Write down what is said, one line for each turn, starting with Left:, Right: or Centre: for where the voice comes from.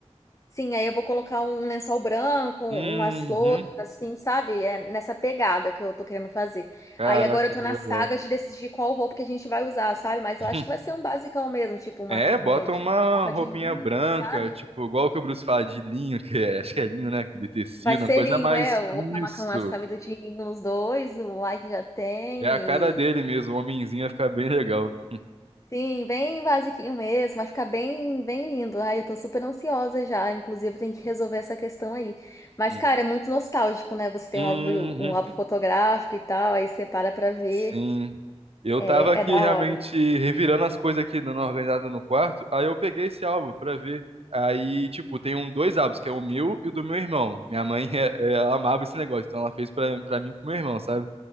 Left: Sim, aí eu vou colocar um lençol branco, umas
Right: Uhum.
Left: flores, assim, sabe? É nessa pegada que eu tô querendo fazer.
Right: Caraca,
Left: Aí agora eu tô
Right: que
Left: na
Right: legal.
Left: saga de decidir qual roupa que a gente vai usar, sabe? Mas
Right: <laughs>
Left: eu acho que vai ser um basicão mesmo, tipo uma
Right: É,
Left: cam-
Right: bota
Left: é, de-
Right: uma
Left: uma roupa
Right: roupinha
Left: de linho,
Right: branca,
Left: sabe?
Right: tipo, igual que o Bruce fala de linho, que é, acho que é linho, né? Aquele tecido,
Left: Vai ser
Right: uma coisa
Left: linho,
Right: mais.
Left: é? Eu
Right: Isso.
Left: vou acabar com as camisas de linho nos dois, o like já tem.
Right: É a cara dele
Left: E...
Right: mesmo, o homenzinho vai ficar bem legal.
Left: Sim, bem basiquinho mesmo, vai ficar bem, bem lindo. Ai, eu tô super ansiosa já, inclusive tem que resolver essa questão aí. Mas,
Right: <laughs>
Left: cara, é muito nostálgico, né? Você tem
Right: Uhum.
Left: um álbum, um álbum fotográfico e tal, aí você para pra ver,
Right: Sim. Eu
Left: é,
Right: tava aqui
Left: é da
Right: realmente
Left: hora.
Right: revirando as coisas aqui, dando uma organizada no quarto. Aí eu peguei esse álbum pra ver. Aí, tipo, tem um, dois álbuns, que é o meu e o do meu irmão. Minha mãe, <laughs> é- é, ela amava esse negócio, então ela fez pra, pra mim e pro meu irmão, sabe?